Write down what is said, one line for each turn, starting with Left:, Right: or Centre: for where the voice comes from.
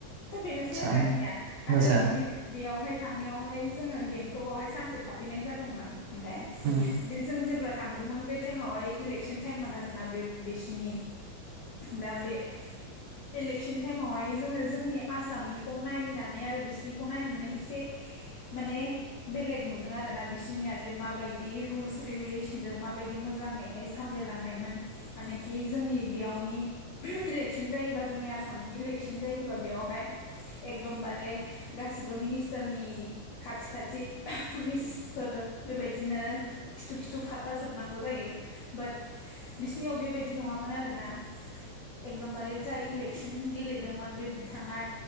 Left: दा बेनोसै
Right: आदसा
Left: आरो आंनिया
Right: मोजां
Left: आरो बे बेयावहाय थांनायावहाय जोङो गेंटकआवहाय सानसे थाफैनाय जादोंमोन। ओमफाय
Right: उम
Left: बे जों जेब्ला थांदोंमोन बे टाइमावहाय इलेकसन टाइममोन आरोना बे बिसिनि। दा बे इलशन टाइमावहाय जोङो जोंनि आसामनि ख' नायनानै आरो बिसिनिखौ नायनानै इसे माने बेलेग नुदों आरोना बिसिनिया जे माबादि रुलस रेगुलेसन माबादि मोजाङै सामलाय लांनाय मोनेखि जोंनि बेयाव नि इलेकसन जायोबा जोंनि आसामनि इलेकसन जायोबा बेयावहाय एकदमबारे गासिबो मिनिस्टारनि खाथि खाथि पुलिसफोर बेबायदिनो खिथु खिथु खारफाजोबनांगौ जायो। बाट बिसिनियाव बेबायदि नङामोन आरोना। एकदमबारे जाय इलेकसन गेलेदोंमोन बे बिथाङा